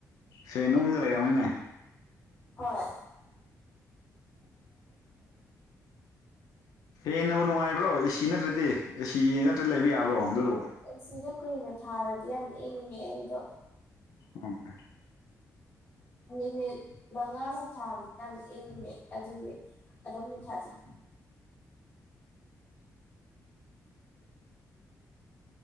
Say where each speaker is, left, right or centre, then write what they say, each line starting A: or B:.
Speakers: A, on the left; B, on the left.
A: ꯁꯦ ꯅꯨꯡꯒ ꯂꯩꯔꯝꯅꯤꯅꯦ
B: ꯍꯣꯏ
A: ꯍꯦꯟꯅꯕꯨ ꯅꯨꯡꯉꯥꯏꯕ꯭ꯔꯣ ꯑꯦꯁꯤ ꯅꯠꯇ꯭ꯔꯗꯤ ꯑꯦꯁꯤ ꯅꯠꯇ꯭ꯔꯗꯤ ꯂꯩꯕ ꯌꯥꯕ꯭ꯔꯣ ꯑꯗꯨꯗꯨꯕꯨꯣ
B: ꯁꯤꯗ ꯀꯨꯏꯅ ꯊꯥꯕꯗꯤ ꯌꯥꯝ ꯏꯪꯉꯦ ꯑꯩꯗꯣ
A: ꯎꯝ
B: ꯃꯤꯅꯤꯠ ꯃꯉꯥꯃꯨꯛ ꯊꯥꯕꯗ ꯌꯥꯝ ꯏꯡꯉꯦ ꯑꯗꯨꯒꯤ ꯑꯗꯨꯝ ꯃꯨ ꯊꯠꯂ